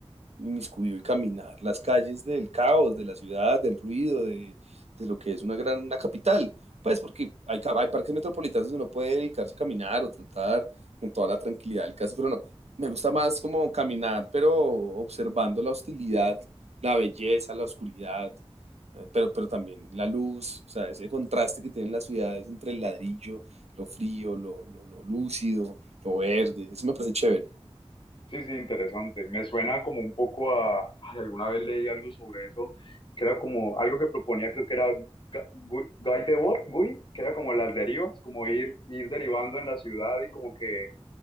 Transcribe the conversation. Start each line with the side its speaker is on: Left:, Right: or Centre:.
Right: inmiscuido y caminar las calles del caos, de la ciudad, del ruido, de, de lo que es una gran una capital. Pues porque hay, hay parques metropolitanos donde uno puede dedicarse a caminar o trotar con toda la tranquilidad del caso, pero no, me gusta más como caminar, pero observando la hostilidad, la belleza, la oscuridad, eh, pero, pero también la luz, o sea, ese contraste que tienen las ciudades entre el ladrillo, lo frío, lo, lo, lo lúcido, lo verde, eso me parece chévere.
Left: Sí, sí, interesante. Me suena como un poco a, ay, alguna vez leí algo sobre eso, que era como algo que proponía, creo que era Ga- Gu- Guy Debord, Guy, que era como las derivas, como ir, ir derivando en la ciudad y como que,